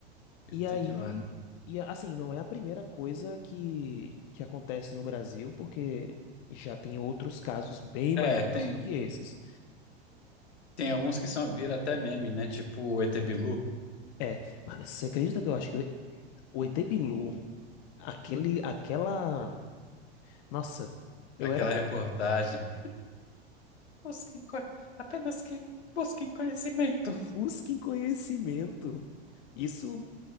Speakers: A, on the left; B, on the left.
A: ET
B: E aí,
A: de Varna.
B: e assim, não é a primeira coisa que, que acontece no Brasil, porque já tem outros casos bem
A: É,
B: mais tensos
A: tem,
B: do que esses.
A: tem alguns que são, viram até meme, né? Tipo o ET Bilu,
B: É, mas você acredita que eu acho que o ET Bilu, aquele, aquela. Nossa, eu
A: aquela
B: era.
A: reportagem. Busquem, co- apenas que busquem conhecimento.
B: Busque conhecimento. Isso